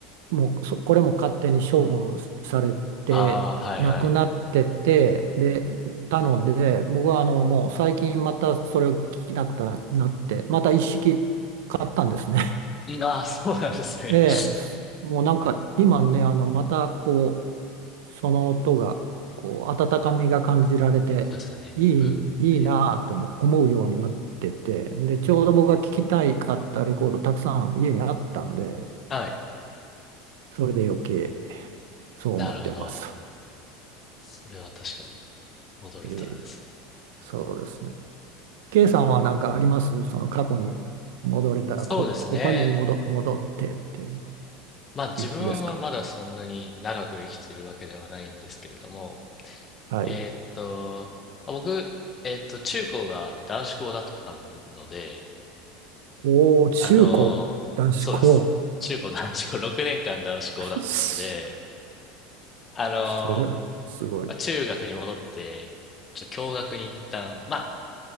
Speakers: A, on the right; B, on the left.
A: もうそ、これも勝手に処分されて、
B: ああ、はい、
A: なくなってて、
B: はい。
A: で、たので、僕はあの、もう最近またそれを聞きなくなって、また一式買ったんですね。
B: いいなあ、<laughs> そうなんですね。
A: ええ、
B: <laughs> そ
A: もうなんか今ね、あのまたこう、その音がこう温かみが感じられて、
B: うですよね。
A: いい、
B: ブームって。
A: いいなぁとも思うようになってて、で、ちょうど僕が聴きたいかったレコードたくさん家にあったんで、
B: うんうんうん。はい。
A: それで余計そう思ってます。
B: なるほど。それは確かに戻れたらですね。
A: ええ、そうですね。K さんは何かありますその過去に戻れたらこ、
B: そうですね。
A: ここに戻、戻ってっていう、
B: まあ自分はまだそんなに長く生きてるわけではないんですけれども、
A: いつですかはい。
B: えーっと、まあ僕、えーっと、中高が男子校だったので、
A: おー、中高、
B: あのーそうです。
A: 男子高。
B: 中高男子校、<laughs> 6年間男子校だったので、
A: す
B: あのー
A: それ、すごい。
B: まあ中学に戻って、ちょっと共学に一旦、まあ